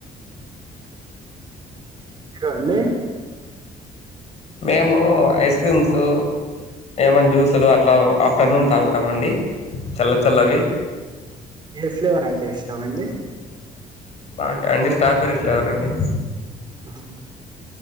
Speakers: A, on the right (about 30°); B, on the left (about 40°).
A: మీరు అండి
B: మేము ఐస్ క్రీమ్సు ఏమైన్న జ్యూసులు అట్లా ఆఫ్టర్నూన్ తాగుతామండి చల్ల చల్లవి
A: ఏ ఫ్లేవర్ అంటే ఇష్టం అండి
B: నాకా అండి స్టాబెర్రీ ఫ్లేవర్ అండి
A: ఆహా